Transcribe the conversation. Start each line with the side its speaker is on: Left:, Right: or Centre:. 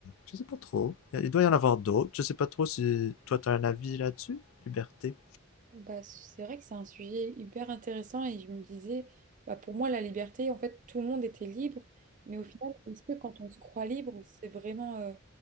Left: je sais pas trop. Il doit y en avoir d'autres. Je sais pas trop si toi, t'as un avis là-dessus, liberté.
Right: Bah, c'est vrai que c'est un sujet hyper intéressant et je me disais, bah, pour moi, la liberté, en fait, tout le monde était libre, mais au final, est-ce que quand on se croit libre, c'est vraiment, euh,